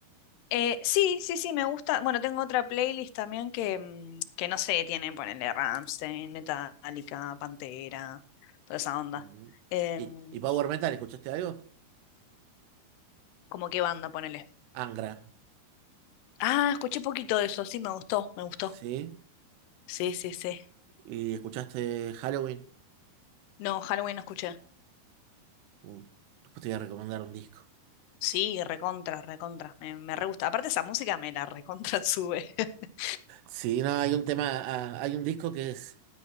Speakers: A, on the left; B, on the right.
A: Eh, sí, sí, sí, me gusta. Bueno, tengo otra playlist también que, mm, que no sé, tiene, ponele Rammstein, Metallica, Pantera, toda esa onda.
B: Ujú.
A: Em,
B: ¿Y, y Power Metal, escuchaste algo?
A: ¿cómo qué banda, ponele?
B: Angra,
A: Ah, escuché poquito de eso, sí, me gustó, me gustó.
B: ¿sí?
A: Sí, sí, sí.
B: ¿Y escuchaste Halloween?
A: No, Halloween no escuché.
B: Uh, después te voy a recomendar un disco.
A: Sí, recontra, recontra. Me, me re gusta. Aparte esa música me la recontra sube. <laughs>
B: Sí, no, hay un tema, ah, hay un disco que es,